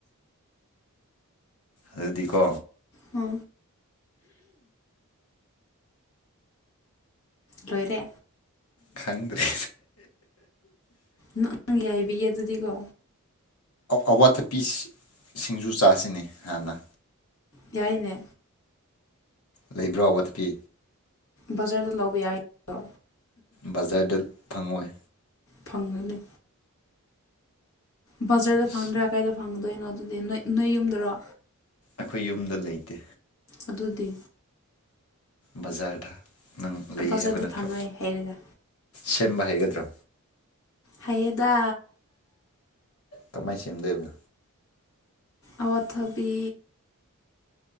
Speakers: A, on the left; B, on the left.
A: ꯑꯗꯨꯗꯤꯀꯣ
B: ꯍ ꯂꯣꯏꯔ
A: ꯈꯪꯗ꯭ꯔꯦ
B: ꯅꯪꯉꯪꯒꯦ ꯍꯥꯏꯕꯤꯌꯦꯦ ꯑꯗꯨꯗꯤꯀꯣ
A: ꯑꯋꯥꯊꯄꯤ ꯁꯤꯡꯖꯨ ꯆꯥꯁꯤꯅꯤ ꯍꯥꯟꯅ
B: ꯌꯥꯏꯅꯦ
A: ꯂꯩꯕ꯭ꯔꯥ ꯋꯥꯠꯄꯤ
B: ꯕꯖꯥꯔꯗ ꯂꯧꯕ ꯌꯥꯏꯗꯣ
A: ꯕꯖꯥꯔꯗ ꯐꯪꯉꯏ
B: ꯐꯪꯅꯅꯤ ꯕꯖꯔꯗ
A: ꯏꯁ
B: ꯐꯪꯗ꯭ꯔꯥ ꯀꯥꯏꯗ ꯐꯪꯗꯣꯏꯅꯣ ꯑꯗꯨꯗꯤ ꯅꯣꯏ ꯅꯣꯏ ꯌꯨꯝꯗꯔꯣ
A: ꯑꯩꯈꯣꯏ ꯌꯨꯝꯗ ꯂꯩꯇꯦ
B: ꯑꯗꯨꯗꯤ
A: ꯕꯖꯥꯔꯗ ꯅꯪ ꯂꯩ
B: ꯕꯖꯥꯔꯗ
A: ꯍꯥꯏꯕ ꯅꯠꯇ꯭ꯔꯣ
B: ꯐꯪꯉꯣꯏ ꯍꯥꯏꯔꯒ
A: ꯁꯦꯝꯕ ꯍꯩꯒꯗ꯭ꯔꯣ
B: ꯍꯥꯏꯌꯦꯗ
A: ꯀꯃꯥꯏ ꯁꯦꯝꯗꯣꯏꯕ
B: ꯑꯋꯥ ꯊꯕꯤ